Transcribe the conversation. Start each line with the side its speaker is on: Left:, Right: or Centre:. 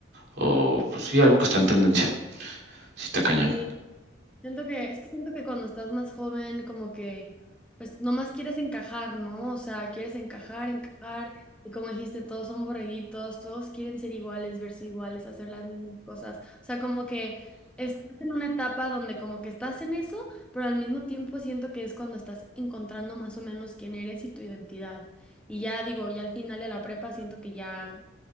Right: o pues sí, algo que está en tendencia. Sí, está cañón.
Centre: Sí, Siento que, es que siento que cuando estás más joven, como que, pues nomás quieres encajar, ¿no? O sea, quieres encajar, encajar, y como dijiste, todos son borreguitos, todos quieren ser iguales, verse iguales, hacer las mismas cosas. O sea, como que estás en una etapa donde como que estás en eso, pero al mismo tiempo siento que es cuando estás encontrando más o menos quién eres y tu identidad. Y ya digo, ya al final de la prepa siento que ya.